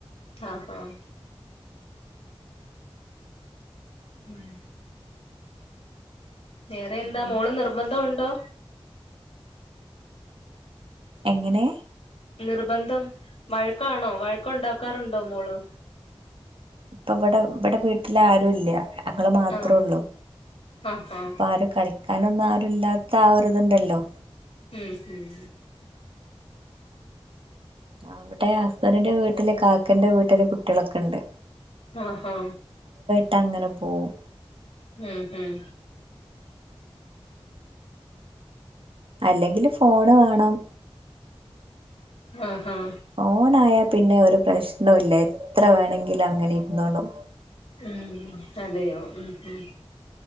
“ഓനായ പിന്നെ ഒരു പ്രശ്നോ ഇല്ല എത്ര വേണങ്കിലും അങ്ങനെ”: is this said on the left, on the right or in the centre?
Right